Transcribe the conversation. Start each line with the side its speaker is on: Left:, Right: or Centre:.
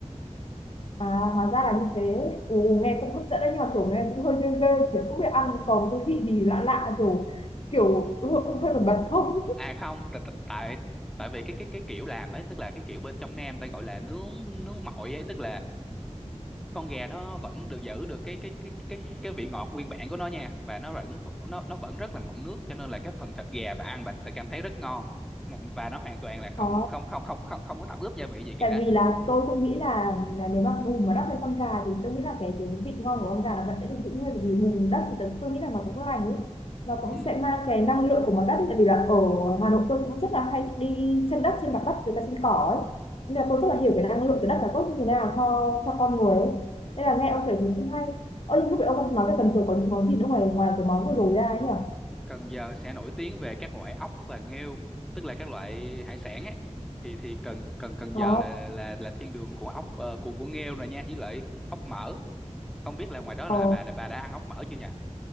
Left: à hóa ra là như thế ồ nghe cũng hấp dẫn đấy nhưng mà kiểu nghe cũng hơi ghê ghê chứ không biết ăn còn cái vị gì lạ lạ kiểu kiểu hơi hơi bẩn bẩn không
Centre: à không tại tại tại tại vì cái cái cái kiểu làm ấy tức là cái kiểu bên trong Nam ta gọi là nướng nướng mọi ấy tức là con gà nó vẫn được giữ được cái cái cái cái cái vị ngọt nguyên bản của nó nha và nó vẫn nó nó vẫn rất là mọng nước cho nên là cái phần thịt gà bà ăn bà sẽ cảm thấy rất ngon và nó hoàn toàn là không
Left: Ồ
Centre: không không không không không có tẩm ướp gia vị gì cả
Left: tại vì là tôi cũng nghĩ là, là nếu mà bùn mà đắp lên con gà thì tôi nghĩ là cái cái vị ngon của con gà là vẫn sẽ được giữ nguyên bởi vì bùn đất thì tôi, tôi nghĩ là nó cũng lành ý nó cũng
Centre: ừ
Left: sẽ mang cái năng lượng của món đất ý. tại vì là ở Hà Nội tôi cũng rất là hay đi chân đất trên mặt đất với cả trên cỏ ấy nên
Centre: ừ
Left: là tôi rất là hiểu cái năng lượng từ đất là tốt như thế nào cho cho con người ấy nên là nghe ông kể thì cũng hay Ơ nhưng lúc nãy ông nói về cần giờ có những món gì nữa ngoài ngoài cái món vừa rồi ra ấy nhở
Centre: Cần Giờ sẽ nổi tiếng về các loại ốc và nghêu tức là các loại hải sản ấy thì thì Cần Cần Cần
Left: ờ
Centre: Giờ là là là thiên đường của ốc ờ, của của nghêu rồi nha với lại ốc mỡ không biết là ngoài đó
Left: ờ
Centre: là bà bà đã ăn ốc mỡ chưa nhỉ